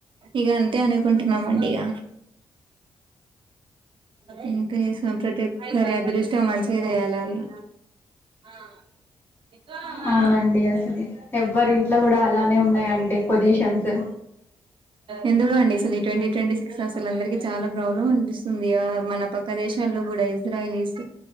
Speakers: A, on the right; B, on the left.
A: ఇగ అంతే అనుకుంటున్నామండి ఇగ ఇంత జేసిన ప్రతిఒక్కరి అదృష్టం మంచిగా జేయాలన్న. ఆ ఇపా మా
B: అవునండి అసలు ఎవ్వరి ఇంట్లో కూడా అలానే ఉన్నాయండి పొజిషన్స్
A: ఎన్. ఎందుకండి అసలు ఈ ట్వంటీ ట్వంటీ సిక్స్లో అసలు అందరికి చాలా ప్రాబ్లం అనిపిస్తుంది యా మన పక్క దేశ్. శంలో గూడా ఇజ్రాయిల్, ఇస్.